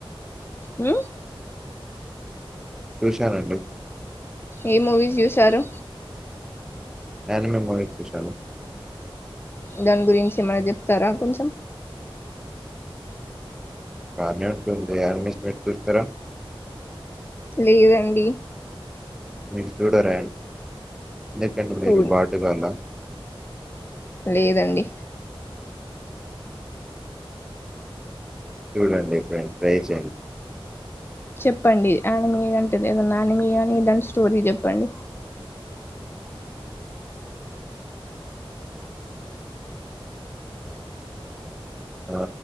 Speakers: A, on the left (about 25°); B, in the centre.
A: మ్
B: చూసానండి
A: ఏ మూవీస్ చూశారు
B: అనిమల్ మూవీ చూసాను
A: దాని గురించి ఏమనా చెప్తారా కొంచెం
B: కాణంది ఆరమస్ినట్ చూస్తార
A: లేదండి
B: మీరు చూడరా ఎందుకండి
A: చూ
B: మీరు బాటుగాద
A: లేదండి
B: చూడండి ఎప్పుడైన ట్రై చేయండి
A: చెప్పండి ఆన మీగా అంటేది ఏదన్నా ఆని మీగానీ ఇదాంటి స్టోరీ చెప్పండి
B: ఆ